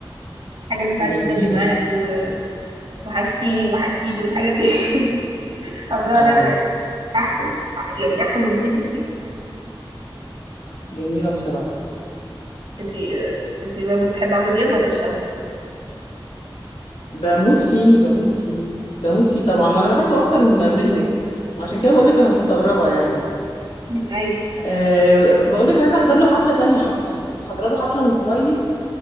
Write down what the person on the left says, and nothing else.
جميله
بص-
اه
جميله بصراحه
بموت فيه بموت فيه بموت فيه
طبعا وانا بحبه اكتر م- منك وعشان كده بقول لك انا مستغربه يعني
أه بقول لك عايزه احضر له حفله تانية اصلا كنت حاضره له حفله من قريب